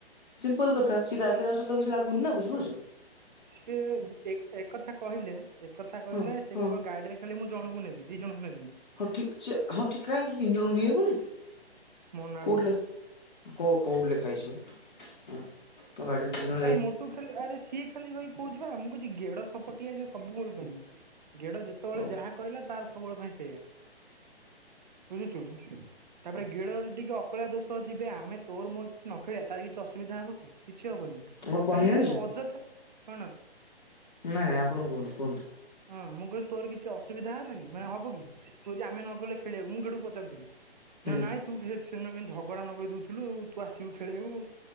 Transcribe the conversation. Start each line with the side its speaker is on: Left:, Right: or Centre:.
Left: ସିମ୍ପଲ କଥା ସେ ଗାଡିରେ ଆଉଚି ବୋଲି ତାକୁ କିଛି ଲାଗୁନି ନା ବୁଝିପାରୁଛୁ।
Right: ସେ ଏକଥା କହିଲେ ଏକଥା କହିଲେ
Left: ହଁ
Right: ସେ
Left: ହଁ।
Right: କୁ ଗାଡିରେ ଖାଲି ମୁଁ ଜଣକୁ ନେବି ଦିଇ ଜଣ କୁ ନେବିନି।
Left: ହଁ ଠିକ୍ ଅଛି ହଁ ଠିକ କାହିଁକି ତିନି ଜଣ ନେଇହବନି
Right: ମନା
Left: କୋଉଠିଲ।
Right: କରୁଛି।
Left: କୋଉ କୋଉଠି ଲେଖା ହେଇଯିବେ ଆଁ। ତୋ ଗାଡ଼ିରେ ତେଲ
Right: ଆରେ ମୋଟୁ ଖାଲି ଆରେ ସିଏ ଖାଲି ବଇକି କହୁଚି ପରା ମୁଁ କହୁଛି ଗେଡ ସପଟିଆ ସବୁବେଳ ପାଇଁ। ଗେଡ ଯେତେବେଳେ
Left: ହଉ ହୁଁ।
Right: ଯାହା କହିଲା ତାର ସବୁବେଳେ ପାଇଁ ସେଇଆ ବୁଝୁଚୁ କି। ତାପରେ ଗିଳ ରେ ଟିକେ ଅକଳିଆ ଦୋଷ ଯିବେ ଆମେ ତୋରମୋର ଯଦି ନ ଖେଳିବା ତାର କିଛି ଅସୁବିଧା ହବ କି। କିଛି ହବନି
Left: ମୋର ପନିର
Right: ଖାଲି ସେ
Left: ଜାଣିଛ
Right: ଖାଲି ଅଯଥା କଣ?
Left: ନାଇଁ ଆପଣ କୁହନ୍ତୁ କୁହନ୍ତୁ।
Right: ହଁ ମୁଁ କହିଲି ତୋର କିଛି ଅସୁବିଧା ହେଲା କି ମାନେ ହବ କି? ତୁ ଯଦି ଆମେ ନଗଲେ ଖେଳିବାକୁ ମୁଁ ଗେଡ଼ୁ କୁ ପଚାରୁଥିଲି।
Left: ହୁଁ
Right: ନା ନାଇଁ ତୁ ଘେ ସେଦିନ କେମିତି ଝଗଡା ନଗେଇ ଦଉଥିଲୁ ତୁ ଆସିବୁ ଖେଳିବାକୁ